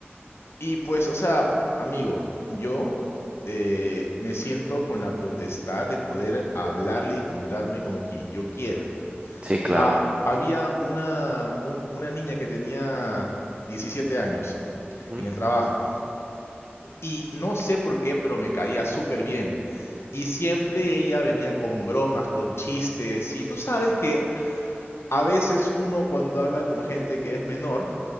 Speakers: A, on the left; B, on the right.
A: Y pues, o sea, amigo, yo eh, me siento con la potestad de poder hablarle y juntarme con quien yo quiera.
B: Sí, claro.
A: Ah, había una, un- una niña que tenía 17 años
B: Ujú.
A: en el trabajo. Y no sé por qué, pero me caía súper bien. Y siempre ella venía con bromas, con chistes. Y tú sabes que a veces uno cuando habla con gente que es menor,